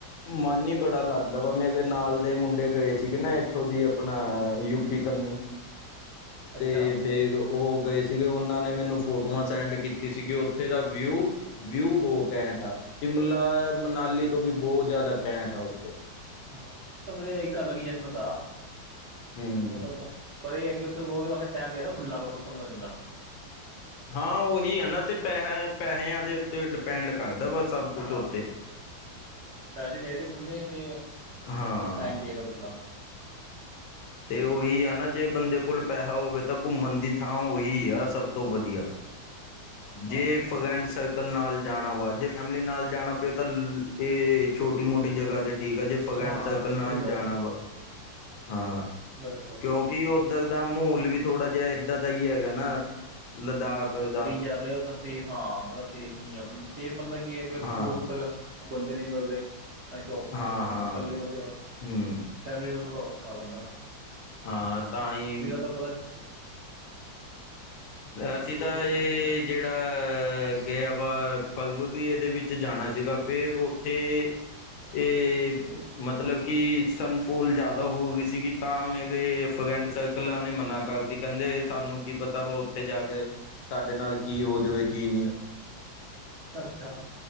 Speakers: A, on the left (about 80°); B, on the right (about 60°).
A: ਮਨ ਹੀ ਬੜਾ ਲੱਗਦਾ ਵਾ ਮੇਰੇ ਨਾਲ ਦੇ ਮੁੰਡੇ ਗਏ ਸੀਗੇ ਨਾ ਇੱਥੋਂ ਦੀ ਆਪਣਾ ਯ ਫ਼ਿਕਰ ਨਿ
B: ਅੱਛਾ
A: ਅਤੇ ਫਿਰ ਉਹ ਗਏ ਸੀਗੇ ਉਹਨਾਂ ਨੇ ਮੈਨੂੰ ਫੋਟੋਆਂ ਸੈਂਡ ਕੀਤੀ ਸੀਗੀ ਉੱਥੇ ਦਾ ਵਿਊ ਵਿਊ ਬਹੁਤ ਕੈਂਟ ਆ ਸ਼ਿਮਲਾ ਮਨਾਲੀ ਤੋਂ ਵੀ ਬਹੁਤ ਜ਼ਿਆਦਾ ਕੈਂਟ ਆ ਉੱਥੇ
B: ਹਾਂ ਓ ਤਾਂ ਫੇਰੇ ਇੱਕ ਅਲੱਗ ਈ ਜੰਨਤ ਆ,
A: ਹੂੰ
B: ਓ ਤਾਂ ਫਰ ਪਰ ਏ ਐ ਕੇ ਉੱਥੇ ਉਦੇ ਵਾਸਤੇ ਟਾਈਮ ਚਾਈਦਾ, ਖੁੱਲਾ ਪੰਦਰਾਂ ਦਿਨ ਦਾ।
A: ਹਾਂ ਉਹੀ ਹੈ ਨਾ ਤੇ ਪੈਸ ਪੈਸਿਆਂ ਦੇ ਤੇ ਡਿਪੈਂਡ ਕਰਦਾ ਵਾ ਸਭ ਕੁਛ
B: ਹਾਂ
A: ਉੱਥੇ
B: ਪੈਸੇ ਚਾਹੀਦੇ ਖੁੱਲ੍ਹੇ ਅਤੇ
A: ਹਾਂ
B: ਟਾਈਮ ਚਾਹੀਦਾ ਖੁੱਲ੍ਹਾ
A: ਤੇ ਉਹੀ ਆ ਨਾ ਜੇ ਬੰਦੇ ਕੋਲ ਪੈਸਾ ਹੋਵੇ ਤਾਂ ਘੁੰਮਣ ਦੀ ਥਾਂ ਉਹੀ ਆ ਸਭ ਤੋਂ ਵਧੀਆ। ਜੇ
B: ਹਾਂ
A: ਫਰੈਂਡ ਸਰਕਲ ਨਾਲ ਜਾਣਾ ਵਾ ਜੇ ਫੈਮਿਲੀ ਨਾਲ ਜਾਣਾ ਫਿਰ ਤਾਂ ਇਹ ਛੋਟੀ ਮੋਟੀ ਜਗ੍ਹਾ ਤੇ ਠੀਕ ਆ ਜੇ
B: ਅੱਛਾ
A: ਫਗੈਂਡ
B: ਹਾਂ
A: ਸਰਕਲ
B: ਸਿਮਲਾ
A: ਨਾਲ ਜਾਣਾ ਵਾ ਹਾਂ।
B: ਬਿਲਕੁਲ।
A: ਕਿਉਂਕਿ ਓਦਾਂ ਦਾ ਮਾਹੌਲ ਵੀ ਥੋੜਾ ਜਿਹਾ ਏਦਾਂ ਦਾ ਹੀ ਹੈਗਾ ਨਾ ਲਦਾਖ ਦਾ
B: ਡੇਜਰ ਆ ਵੀਰੇ ਓਦਰ ਸੇਫ ਆ ਹਾਂ ਥੋੜਾ ਸੇਫ ਨੀ ਆਪ ਸੇਫ ਮਤਲਬ ਕੀ ਐ ਕਿ ਉੱਥੇ
A: ਹਾਂ
B: ਦੂਰ ਦੂਰ ਤੱਕ ਬੰਦੇ ਨੀ ਮਿਲਦੇ ਨਾ ਸ਼ੋਪਸ ਮਿਲਦੀਆਂ
A: ਹਾਂ ਹਾਂ
B: ਹੁਣ ਕੱਲੇ ਕੱਲੇ ਵਾਸਤੇ,
A: ਹੂੰ
B: ਫੈਮਲੀ ਨਾਲ ਥੋੜ੍ਹ ਔਖਾ ਬੰਦਾ।
A: ਹਾਂ ਤਾਂ ਹੀ,
B: <unintelligible>
A: ਅਸੀਂ
B: ਬੋਲੋ
A: ਤਾਂ
B: ਬੋਲੋ
A: ਇਹ
B: ਕੀ ਕਹਿ
A: ਜਿਹੜੇ ਅਹ ਗਿਆ ਵਾ <unintelligible> ਇਹਦੇ ਵਿੱਚ ਜਾਣਾ ਸੀਗਾ ਫੇਰ ਉੱਥੇ ਏ, ਮਤਲਬ ਕਿ ਸਨਫੋਲ ਜਿਆਦਾ ਹੋ ਗਈ ਸੀਗੀ ਤਾਂ ਮੇਰੇ ਫਰੈਂਡ ਸਰਕਲਾਂ ਨੇ ਮਨਾ ਕਰ ਤੇ ਕਹਿੰਦੇ ਸਾਨੂੰ ਕੀ ਪਤਾ ਵਾ ਉੱਥੇ ਜਾ ਕੇ ਸਾਡੇ ਨਾਲ ਕੀ ਹੋ ਜਵੇ ਕਿ
B: ਅੱਛਾ ਅੱਛਾ,